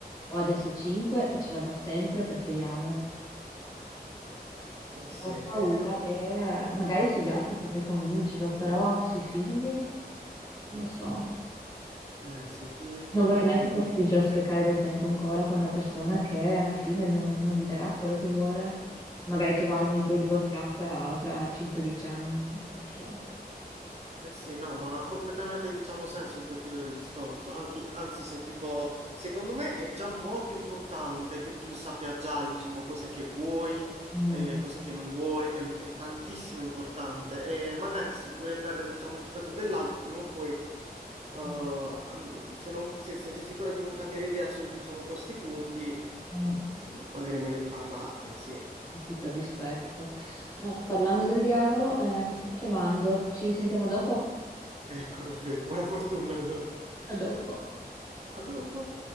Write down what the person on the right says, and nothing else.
Eh
sì,
eh,
eh, sui figli.
eh.
Eh sì, no, ma ha completamente diciamo senso il tuo filo del discorso. Anche, anzi, se tipo, secondo me è già molto importante che tu sappia già, diciamo, cos'è che vuoi,
eh, cos'è che non vuoi, è, è tantissimo importante. E magari sì, pure per, diciamo, rispetto dell'altro, prima o poi, eh, am-
se, non- se- se sei sicura di non cambiare idea su, diciamo, questi punti, eh,
magari è meglio parlarne, sì.
Ecco, <laughs> va bene, buona fortuna allora.
A dopo.